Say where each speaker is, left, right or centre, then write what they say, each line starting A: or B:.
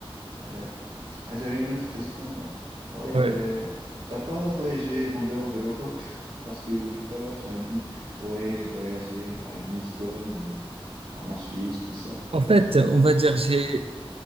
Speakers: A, on the right (about 55°); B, on the right (about 75°).
A: Euh, ah, j'avais une autre question. euh. Ouais,
B: Ouais.
A: euh, t'as pas voyagé en dehors de l'Europe? <laughs> Parce que depuis tout à l'heure, tu m'as dit, ouais, j'ai voyagé à Lisbonne, euh, en Suisse, tout ça.
B: En fait, on va dire, j'ai,